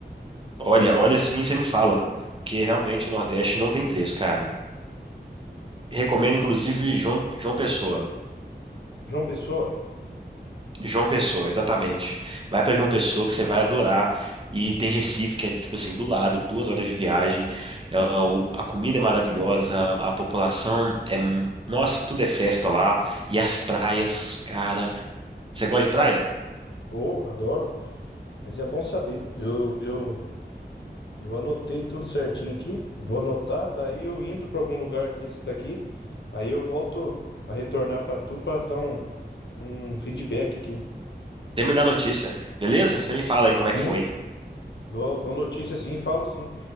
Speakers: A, on the right; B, on the left.
A: olha, olha assim, você me fala. Porque realmente o Nordeste não tem preço, cara. Recomendo, inclusive, João, João Pessoa.
B: João Pessoa,
A: João Pessoa, exatamente. Vai pra João Pessoa que você vai adorar. E tem Recife, que é tipo assim, do lado, duas horas de viagem. É, o- A comida é maravilhosa, a população é. mu- Nossa, tudo é festa lá. E as praias, cara. Você gosta de praia?
B: oh, adoro, mas é bom saber. Eu, eu, eu anotei tudo certinho aqui, vou anotar, daí eu indo para algum lugar desse daqui, aí eu volto a retornar para tu para dar um um feedback aqui.
A: Você me dá notícia, beleza? Você me fala aí como é que
B: Sim,
A: foi.
B: dou, dou notícia sim, falo sim.